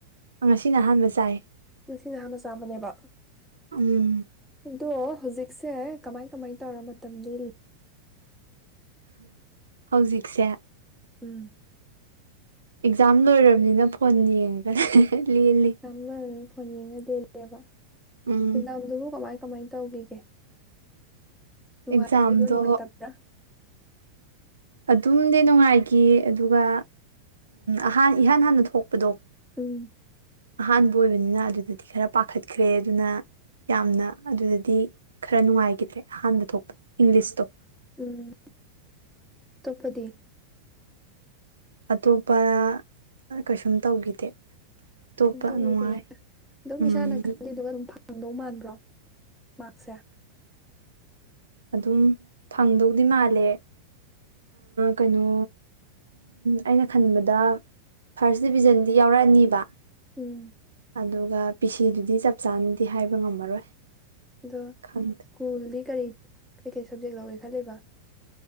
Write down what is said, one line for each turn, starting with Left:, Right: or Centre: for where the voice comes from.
Right: ꯉꯁꯤꯅ ꯑꯍꯥꯟꯕ ꯆꯥꯏ
Centre: ꯉꯁꯤꯅ ꯑꯍꯥꯟꯕ ꯆꯥꯝꯕꯅꯦꯕ
Right: ꯎꯝ
Centre: ꯑꯗꯣ ꯍꯧꯖꯤꯛꯁꯦ ꯀꯃꯥꯏ ꯀꯃꯥꯏ ꯇꯧꯔ ꯃꯇꯝ ꯂꯦꯜꯂꯤ
Right: ꯍꯧꯖꯤꯛꯁꯦ
Centre: ꯎꯝ
Right: ꯑꯦꯛꯖꯥꯝ ꯂꯣꯏꯔꯕꯅꯤꯅ ꯐꯣꯟ ꯌꯦꯡꯉꯒ
Centre: <unintelligible>
Right: ꯂꯦꯜꯂꯤ
Centre: ꯐꯣꯟ ꯌꯦꯡꯉ ꯂꯦꯜꯂꯦꯕꯥ?
Right: ꯎꯝ
Centre: ꯏ ꯑꯃꯗꯨꯕꯨ ꯀꯃꯥꯏ ꯀꯃꯥꯏꯅ ꯇꯧꯈꯤꯒꯦ ꯅꯨꯡꯉꯥꯏꯒꯤꯕ꯭ꯔꯣ
Right: ꯑꯦꯛꯖꯥꯝꯗꯣ
Centre: ꯅꯨꯡꯉꯥꯏꯇꯕ꯭ꯔꯥ?
Right: ꯑꯗꯨꯝꯗꯤ ꯅꯨꯡꯉꯥꯏꯈꯤ ꯑꯗꯨꯒ ꯑꯍꯥꯟ ꯏꯍꯥꯟ ꯍꯥꯟꯅ ꯊꯣꯛꯄꯗꯣ
Centre: ꯎꯝ꯫
Right: ꯑꯍꯥꯟꯕ ꯑꯣꯏꯕꯅꯤꯅ ꯑꯗꯨꯗꯗꯤ ꯈꯔ ꯄꯥꯈꯠꯈ꯭ꯔꯦ ꯑꯗꯨꯅ ꯌꯥꯝꯅ ꯑꯗꯨꯗꯗꯤ ꯈꯔ ꯅꯨꯡꯉꯥꯏꯈꯤꯗ꯭ꯔꯦ ꯑꯍꯥꯟꯕ ꯊꯣꯛꯄ ꯏꯪꯂꯤꯁꯇꯣ
Centre: ꯎꯝ ꯇꯣꯄꯗꯤ
Right: ꯑꯇꯣꯞꯄ ꯀꯩꯁꯨꯝ ꯇꯧꯈꯤꯗꯦ ꯑꯇꯣꯞꯄ
Centre: ꯀꯩꯁꯨꯝ ꯇꯧꯈꯤꯗꯦ
Right: ꯅꯨꯡꯉꯥꯏ
Centre: ꯑꯗꯨꯝ
Right: ꯎꯝ
Centre: ꯏꯁꯥꯅ ꯈꯜꯂꯤꯗꯨ ꯑꯗꯨꯝ ꯐ ꯐꯪꯗꯧ ꯃꯥꯟꯕ꯭ꯔꯣ ꯃꯥꯛꯁꯦ
Right: ꯑꯗꯨꯝ ꯐꯪꯗꯧꯗꯤ ꯃꯥꯜꯂꯦ ꯀꯩꯅꯣ ꯑꯩꯅ ꯈꯟꯕꯗ ꯐꯥꯔꯁ ꯗꯤꯕꯤꯖꯟꯗꯤ ꯌꯥꯎꯔꯛꯑꯅꯤꯕ
Centre: ꯎꯝ
Right: ꯑꯗꯨꯒ ꯄꯤꯁꯤꯗꯨꯗꯤ ꯆꯞ ꯆꯥꯅꯗꯤ ꯍꯥꯏꯕ ꯉꯝꯃꯔꯣꯏ
Centre: ꯑꯣꯗ
Right: ꯈꯪꯗꯦ
Centre: ꯁ꯭ꯀꯨꯜꯗꯤ ꯀꯔꯤ ꯀꯩ ꯀꯩ ꯁꯕꯖꯦꯛ ꯂꯧꯒꯦ ꯈꯜꯂꯤꯕ